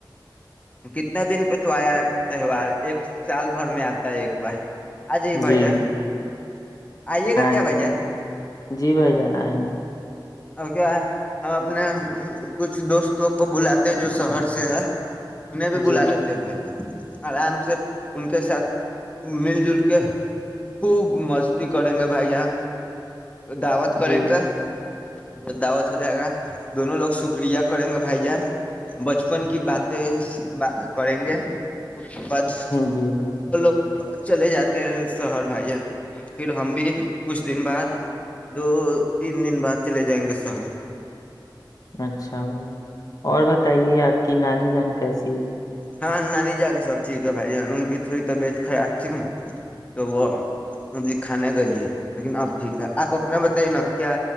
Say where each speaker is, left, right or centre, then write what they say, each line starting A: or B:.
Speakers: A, on the left (about 15°); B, on the left (about 50°).
A: کتنا دن پہ تو آیا تہوار ایک سال بھر میں آتا ہے ایک بار آ جائیے
B: جی
A: بھائی جان
B: جی
A: آئیے گا
B: آئیں
A: کیا بھائی
B: گے
A: جان
B: جی بھائی جان آئیں گے
A: اور کیا ہم اپنے کچھ دوستوں کو بلاتے جو شہر سے ہے انہیں بھی
B: جی
A: بلا لیتے ہیں بھائی جان آرام سے ان کے ساتھ مل جل کر کہ خوب مستی کریں گے بھائی جان دعوت کریں
B: جی
A: گ گا جب دعوت ہو جائے گا دونوں لوگ شکریہ کریں گے بھائی جان بچپن کی باتیں کریں گے اس کے بعد ب
B: جی بھائی جان۔
A: لو چلے جاتے ہیں شہر بھائی جان پھر ہم بھی کچھ دن بعد دو تین دن بعد چلے جائیں گے شہر
B: اچھا بھ اور بتائیے آپ کی نانی جان کیسی ہے
A: ہاں نانی جان سب ٹھیک ہے بھائی جان ان کی تھوڑی طبیعت خراب تھی تو وہ کھانے گئی ہے لیکن اب ٹھیک ہے آپ اپنا بتائیے نا کیا